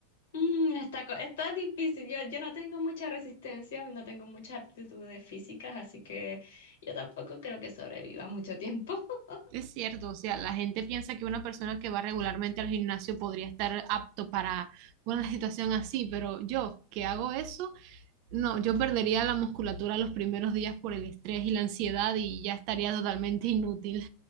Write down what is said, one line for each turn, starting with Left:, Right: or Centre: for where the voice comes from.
Left: Mm, está, co- está difícil. Yo, yo no tengo mucha resistencia, no tengo muchas aptitudes físicas, así que yo tampoco creo que sobreviva mucho tiempo. <laughs>
Right: Es cierto, o sea, la gente piensa que una persona que va regularmente al gimnasio podría estar apto para una situación así, pero yo que hago eso, no, yo perdería la musculatura los primeros días por el estrés y la ansiedad y ya estaría totalmente inútil.